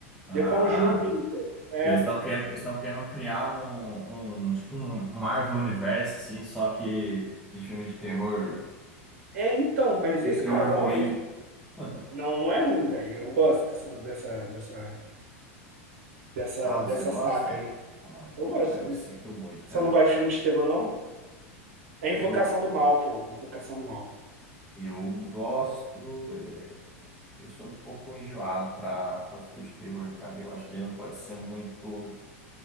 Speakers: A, in the centre; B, on the right.
A: Ah,
B: The Conjuring, pô. É,
A: eles
B: pô.
A: estão querendo, estão querendo criar um, um tipo um Marvel Universe, assim, só que de filme de terror,
B: É, então, mas
A: filme
B: esse
A: de terror
B: casal,
A: ruim.
B: esse...
A: <laughs>
B: não, não é ruim, velho. Eu gosto dessa, dessa, dessa, dessa,
A: Ah, você
B: dessa
A: gosta?
B: saga aí.
A: Ah,
B: Eu
A: então
B: gosto
A: tá, eu
B: desse.
A: sinto muito, cara.
B: Você não gosta de filme de terror, não? É Invocação
A: Eu,
B: do Mal, pô. Invocação do Mal.
A: eu gosto, é, eu sou um pouco enjoado pra, pra filme de terror, cara. Eu acho que ele não pode ser muito.